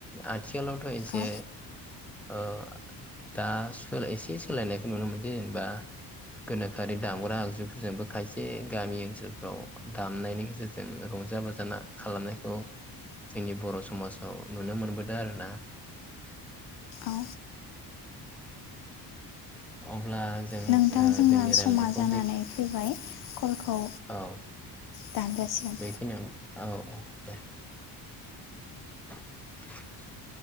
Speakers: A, in the centre; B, on the left.
A: आथियावलथ' एसे
B: औ
A: ओ दा सोलाय एसे सोलायनायखौ नुनो मोन दि जेनेबा गोनोखोआरि दामग्रा आगजुफोरजोंबो खायसे गामि ओनसोलफ्राव दामनायनि गेजेरजों रंजा बाजाना खालामनायखौ जोंनि बर' समाजाव नुनो मोनबोदों आरोना।
B: औ
A: <inaudible> ब्ला जों
B: नोंथां
A: ओ
B: जोंना
A: जोंनि रायलानायखौ
B: समा जानानै
A: बेखि
B: फैबाय कलखौ
A: औ
B: दानजासिगोन।
A: बेखिनियाव औ <inaudible>